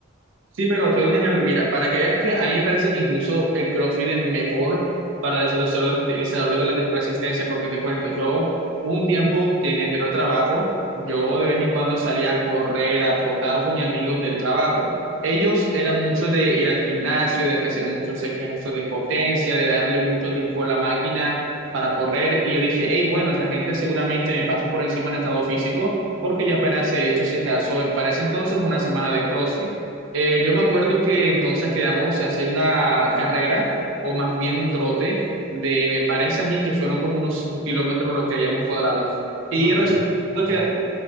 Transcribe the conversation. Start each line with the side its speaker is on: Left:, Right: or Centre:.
Right: Sí, pero te doy un ejemplo. Mira, para que veas que a mí me parece que incluso el CrossFit es mejor para desarrollar- el desarrollo de la resistencia, porque te cuento, yo hubo un tiempo que en mi anterior trabajo, yo de vez en cuando salía a correr, a trotar con mis amigos del trabajo. Ellos eran mucho de ir al gimnasio, de hacer muchos ejercicios de potencia, de darle mucho tiempo a la máquina para correr. Y yo dije, hey, bueno, esta gente seguramente me pasa por encima en estado físico, porque yo apenas he hecho, si acaso, para ese entonces, una semana de CrossFit. Eh, yo me acuerdo que entonces quedamos, se hace una carrera o más bien un trote de, me parece a mí que fueron como unos cinco kilómetros lo que hayamos cuadrado. Y
Left: No era
Right: resulta
Left: mucho. Mm.
Right: que,